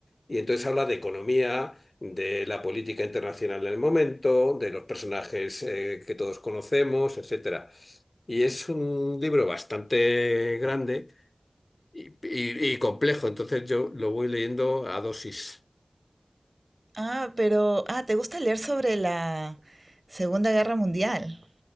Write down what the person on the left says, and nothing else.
Y entonces habla de economía, de la política internacional del momento, de los personajes eh, que todos conocemos, etcétera. Y es un libro bastante grande y, y- y complejo, entonces yo lo voy leyendo a dosis.